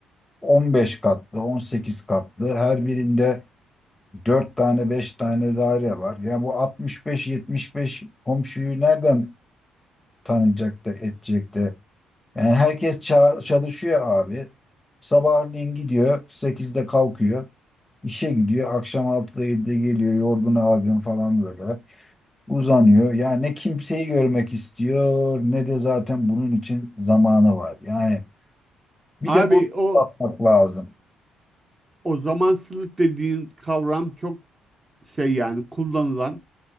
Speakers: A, on the left (about 20°); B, on the right (about 25°).
A: 15 katlı, 18 katlı. Her birinde 4 tane, 5 tane daire var. Yani bu 65 beş komşuyu nereden tanıyacak da edecek de. Yani herkes ça- çalışıyor abi. Sabahleyin gidiyor, Sekizde kalkıyor. İşe gidiyor, akşam 6'da 7'de geliyor, yorgun argın falan böyle. uzanıyor. Ya ne kimseyi görmek istiyor ne de zaten bunun için zamanı var. Yani bir
B: Abi
A: de bu
B: o
A: bakmak lazım.
B: o zamansızlık dediğin kavram çok şey yani kullanılan